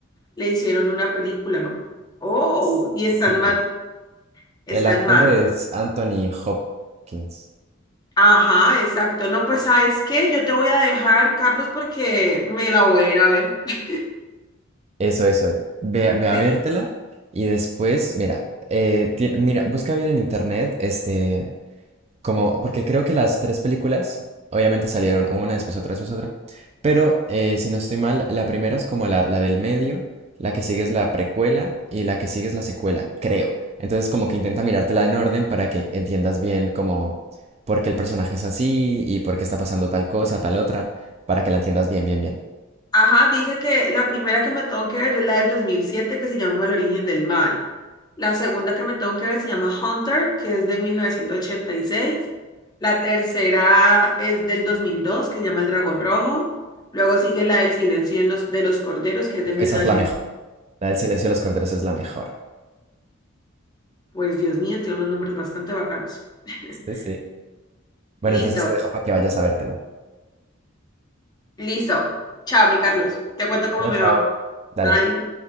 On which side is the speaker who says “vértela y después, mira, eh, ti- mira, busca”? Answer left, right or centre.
Right